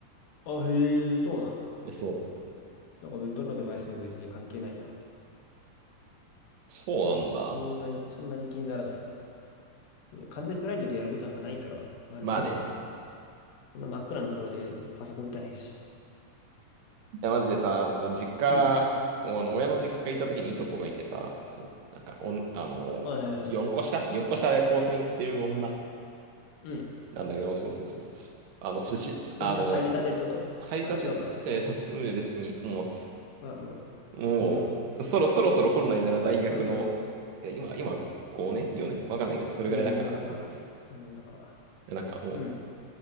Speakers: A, on the left; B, on the right.
A: あ、へえ、そうなの。
B: そう。
A: なんかどのデバイスでも別に関係ないや。
B: そうなんだ。
A: そんなに、そんなに気にならないな。完全ブラインドでやることなんかないから、あれだけど、
B: まあね。
A: こんな真っ暗なところでパソコン打たないし。
B: や、マジでさ、そう、実家、
A: うん。
B: おあの親の実家行った時にいとこがいてさ、そう、なんか、おん、あの、
A: はいはいはい。
B: 4個下 ?4 個下で高専行ってる女
A: うん。
B: なんだけど、そうそうそうそう。あの、しし、
A: 光線入りたてってことあ、
B: あの、入りたてじゃ初め別に、
A: 違うか。
B: もう、
A: あ、もう、
B: そ <laughs> もう、
A: 4年目。
B: そろ、そろそろ本来なら大学の、
A: そ、そろそろ、
B: いや、今、今、5年 ?4 年わかんないけど、それぐらいだから、
A: いやよ4年だか、
B: そうそうそう。
A: 3年だか。
B: でなんかも
A: うん。